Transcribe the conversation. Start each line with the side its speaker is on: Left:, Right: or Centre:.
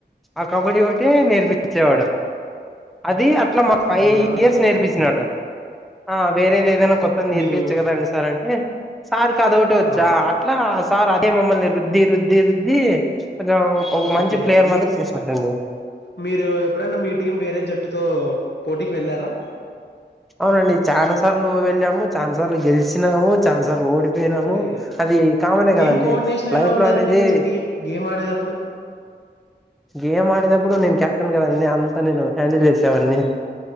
Centre: ఆ కబడ్డీ ఒకటె నేర్పించేవాడు అది అర్ధం ఈట్లా మాకు ఫైవ్
Left: అవునా
Centre: ఇయర్స్ నేర్పించినాడు అర్ వేరేది ఏదైనా కొత్తది నేర్పియచ్చు
Left: మీరు
Centre: కదా అండి సార్ అంటే సార్కి అద ఒకట వచ్చా
Left: ఆ
Centre: అట్లా సార్ అదే మమ్మల్ని రుద్ది రుద్ది రుద్ది కొంచం ఒక మంచి
Left: ఓకే
Centre: ప్లేయర్
Left: మీ
Centre: మాదిరిగా చేసినారండి
Left: మీరు ఎప్పుడైనా మీ టీం వేరే జట్టుతో పోటీకి వెళ్ళార్ దా
Centre: అవునండి చానా సార్లు వెళ్ళాము చానా సార్లు గెలిచినాము చాలా సార్లు ఓడిపోయినాము
Left: ఓకే
Centre: అది కామనే
Left: టీమ్
Centre: గదండి
Left: కోఆర్డినేషన్
Centre: లైఫ్
Left: ఎలా ఉండేదండి
Centre: లో అనేది
Left: మీది టీ గేమ్ ఆడేటప్పుడు
Centre: గేమ్ ఆడేదప్పుడు నేను చెప్పాను కదంీ అంతా నేను హ్యాండిల్ చేసేవాన్నీ